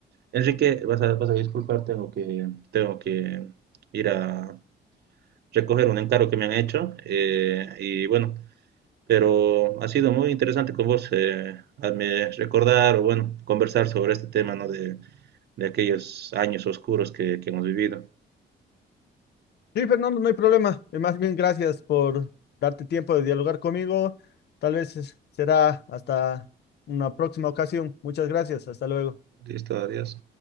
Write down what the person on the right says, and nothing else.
Enrique, vas a, vas a disculpar, tengo que, tengo que ir a recoger un encargo que me han hecho eh, y bueno, pero ha sido muy interesante con vos eh, hazme recordar o bueno, conversar sobre este tema, ¿no? De, de aquellos años oscuros que, que hemos vivido.
Listo, adiós.